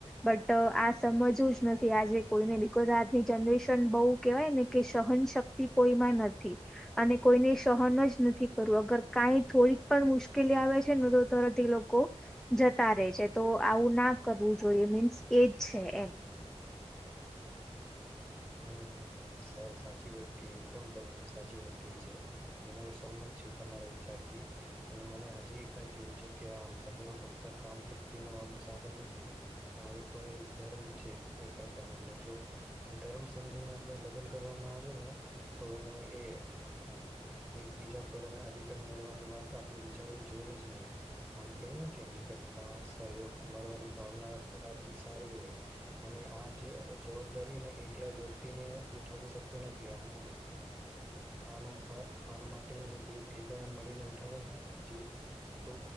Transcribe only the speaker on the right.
હમ <unintelligible> સાચી વાત ક એકદમ સાચી વાત ક છે અને હું સંમત છું તમારા વિચાર થી અને મને હજી કઈ કેવું છે કે આ લગ્ન ફક્ત આમ તૃપ્તિ નું આમ સાધન નથી આ એક તો એક ધર્મ છે એક પ્રકારનો અને જો ધર્મ સમજીને આપણે લગન કરવામાં આવે ને તો એને એ એકબીજા પર એ અધિકાર મેળવાની વાત આપણે વિચારવી જોઈને જ નહી આમ કઈ ને કે નિકટતા સહયોગ મળવાની ભાવના રાખવી સારી હોય અને આ જવાબદારીને એકલા વ્યક્તિને ઉઠાવી શકતું નથી આના આના આના માટેને બે ભેગા મળીને ઉઠાવે ને તો